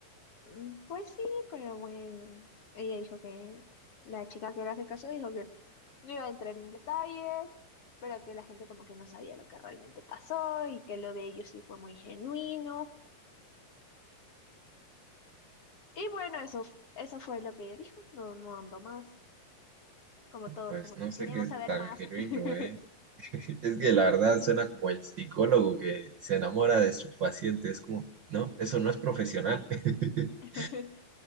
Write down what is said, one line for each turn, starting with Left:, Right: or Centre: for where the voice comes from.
Left: Mm, Pues sí, pero bueno, ella dijo que la chica que le hace caso dijo que no iba a entrar en detalles, pero que la gente como que no sabía lo que realmente pasó y que lo de ellos sí fue muy genuino Y bueno, eso, f- eso fue lo que ella dijo. No, no ando más. Como todos,
Right: Pues
Left: como
Right: no
Left: que
Right: sé
Left: queríamos
Right: qué
Left: saber
Right: tan
Left: más.
Right: genuino
Left: <laughs>
Right: es. <laughs> Es que la verdad
Left: Sí,
Right: suena como el psicólogo que se enamora de su paciente. Es como, no, eso no es profesional. <laughs>
Left: <laughs>